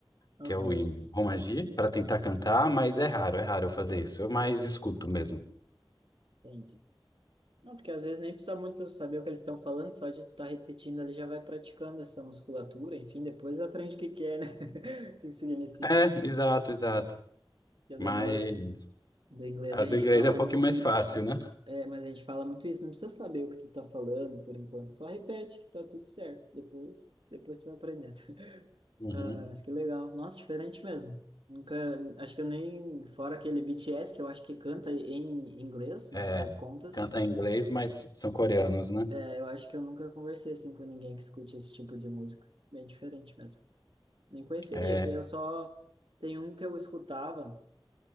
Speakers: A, on the right; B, on the left.
A: Aham,
B: Que é o em Romaji, para tentar cantar, mas é raro, é raro eu fazer isso. Eu mais escuto mesmo.
A: entendi. Não, porque às vezes nem precisa muito saber o que eles estão falando, só de tu estar repetindo ali já vai praticando essa musculatura, enfim, depois aprende o que que é, né? <laughs> O que significa.
B: É, exato, exato.
A: Porque
B: Mas
A: do inglês, do inglês
B: a
A: a
B: do
A: gente
B: inglês
A: fala
B: é um pouquinho
A: muito
B: mais
A: isso,
B: fácil,
A: né?
B: né?
A: É, mas a gente fala muito isso, não precisa saber o que tu tá falando por enquanto, só repete que tá tudo certo, depois, depois tu vai aprendendo.
B: Uhum.
A: Ah, mas que legal. Nossa, diferente mesmo. Nunca, acho que eu nem, fora aquele BTS, que eu acho que canta em inglês, no
B: É,
A: fim das contas,
B: canta em inglês, mas são coreanos, né?
A: é, eu acho que eu nunca conversei assim com ninguém que escute esse tipo de música. Bem diferente mesmo. Nem conheceria,
B: É,
A: assim, eu só tem um que eu escutava,